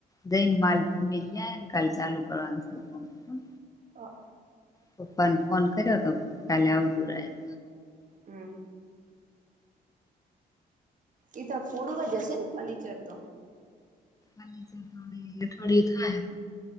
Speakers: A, on the left; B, on the right.
A: જઈન માલ મલ જ કાલ ચાલુ કરવાનુંથી. હમ.
B: અ
A: પપ્પા ફોન કર્યો તો કાલે આવતું રે એમ.
B: હમ એ તો પડોવ‌ઇગ જશે ફર્નિચર તો.
A: અઠવાડિયે થાય